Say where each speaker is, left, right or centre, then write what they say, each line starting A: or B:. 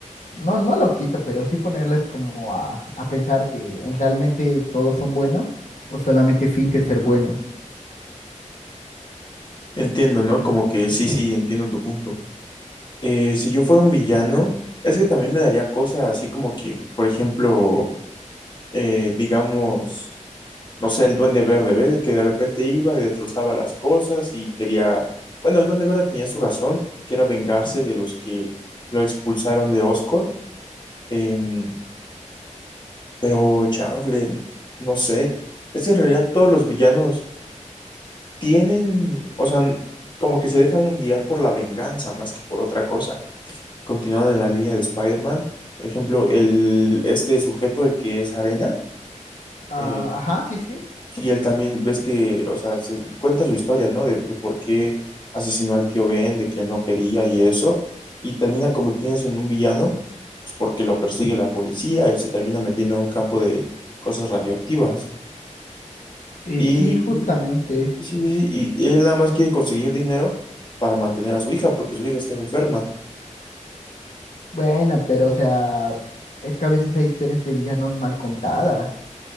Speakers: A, on the left; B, on the left.
A: no, no lo quito, pero sí ponerles como a, a pensar que en realmente todos son buenos o solamente fingen ser buenos.
B: Entiendo, ¿no? Como que sí, sí, entiendo tu punto. Eh, si yo fuera un villano, es que también me daría cosas así como que, por ejemplo, eh, digamos. no sé, el Duende Verde, ¿ves? Que de repente iba y destrozaba las cosas y quería, bueno, el Duende Verde tenía su razón, que era vengarse de los que lo expulsaron de Oscorp, Em, pero Chanfle, no sé, es que en realidad todos los villanos tienen, o sea, como que se dejan guiar por la venganza más que por otra cosa. Continuando en la línea de Spider-Man, por ejemplo, el, este sujeto, el que es Arena,
A: Ah,
B: eh,
A: ajá, sí, sí.
B: Sí, él también ves que, o sea, se, cuenta su historia, ¿no? De, de por qué asesinó al tío Ben, de que él no quería y eso, y termina convirtiéndose en un villano, pues porque lo persigue la policía y se termina metiendo a un campo de cosas radioactivas.
A: Y
B: Y,
A: sí, justamente.
B: y, sí, sí, sí, y él nada más quiere conseguir dinero para mantener a su hija, porque su hija está enferma.
A: Bueno, pero o sea, es que a veces hay historias de villanos mal contadas